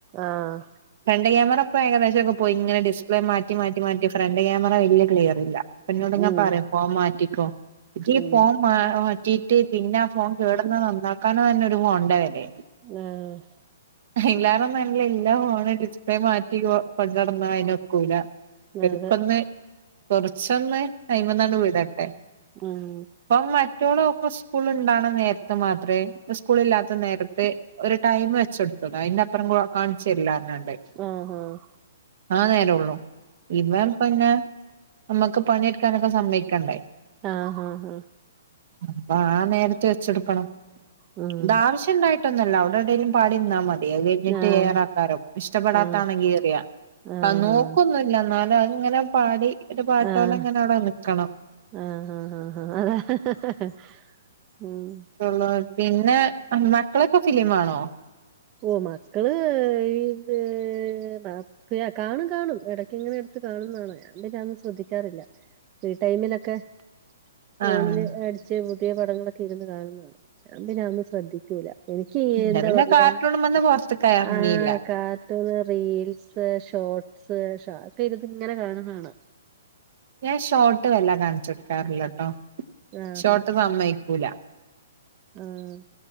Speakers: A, on the right; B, on the right.
A: ആഹ്
B: ഫ്രണ്ട് ക്യാമറ ഇപ്പോ ഏകദേശൊക്കെ പോയി ഇങ്ങെ ഡിസ്പ്ലേ മാറ്റി മാറ്റി മാറ്റി ഫ്രണ്ട് ക്യാമറ വല്ല്യ ക്ലിയറ്ഇല്ല്യ. പിന്നോട്ങ്ങാ
A: ഉം
B: പറയാ ഫോംമാറ്റിക്കോ ഈ
A: ഉം
B: ഫോം മാ മാറ്റി. റ്റി പിന്നെ ആ ഫോൺ കേടുന്ന നന്നാക്കാനോ തന്നെ ഒരു ഫോണിന്റെ വെലയ
A: ആഹ
B: അയില്ലാറെന്നല്ല ഇല്ലാ ഫോണ്റ്റ് അത്ര മാറ്റി കൊണ്ടട്ന്ന അയിന് ഒക്കൂല പർക്കൊന്ന്
A: അതെ
B: കൊറച്ചൊന്ന് അ്മന്നാണ്ട് വിടട്ടെ.
A: ഉം
B: ഇപ്പം മറ്റോള് ഓക് സ്കൂൾ ഇണ്ടണ നേരത്ത് മാത്രെ സ്കൂളില്ലാത്ത നേരത്ത് ഒരു ടൈം വെചോട്ത്ത് അയിന്റപ്പറം കാണിച്ചർല്ലാനാണ്ട്
A: ആഹ് ആഹ
B: ആഹ് നേരൊള്ളു ഇവപങ്ങ നമ്മക്ക് പണിട്ക്കാനൊക്കെ സമ്മയ്ക്കണ്ടേ
A: ആഹ് ഹാ ഹാ
B: അപ്പാ നേരത്ത് വെച്ചെടുക്കണം.
A: ഉം
B: താവശ്യണ്ടായി ന്നല്ല അവിടെ എടേലും പാടി നിന്നാൽ മതി അകഴിട്ട്
A: ആഹ്
B: ഏറാക്കാരോ ഇഷ്ടപ്പെടാത്ത
A: ആഹ്
B: എറിയാ
A: ആഹ്
B: ആഹാ നോക്കൊന്നുംല്ല
A: ആഹ്
B: എന്നാലും അഹ്ങ്ങനെ പാടി ഒരു പാട്ടോലെ
A: ആഹ്
B: ഇങ്ങനെ അവിടെ നിക്കണം
A: ആഹ് ആഹ് ആഹ് അതെ ഹഹേ ഹേ ഹേ ഉും
B: അള്ള പിന്നെ മക്കളൊക്കെ ഫിലിം ആണോ?
A: ഓ മക്കള് ഇത് ന്ന അ കാണും കാണും എടക്ക് ഇങ്ങനെ എടുത്ത് കാണുംന്നാണ അപ്പൊ ഞൻ പിന്നെ അതൊന്നും ശ്രദ്ധിക്കാറില്ല ഫ്രീ ടൈമിലൊക്കെ ഫോണില്
B: ആഹ്
A: അടിച്ച് പുതിയ പടങ്ങളൊക്കെ ഇരുന്ന് കാണും. ഞാപിന്നെ അതൊന്ന് ശ്രദ്ധിക്കൂല എനിക്ക് യ്യെന്താ
B: എന്റെ പിന്നെ
A: പറയാ
B: കാർട്ടൂണ്മന്ന് പുറത്ത്ക്ക് ഇറങ്ങിയില്ല
A: ആഹ് കാർട്ടൂണ്, റീൽസ്, ഷോർട്സ്, ഷോടെയ്ത്ട്ട്ങ്ങനെ കാണുന്നാണ.
B: ഞാൻ ഷോർട്ട് വല്ല കാണിചൊ ട്ക്കാറില്ലട്ടോ?
A: ആഹ്
B: ഷോർട്ട്
A: ആഹ്
B: സമ്മയ്ക്കൂല
A: ആഹ്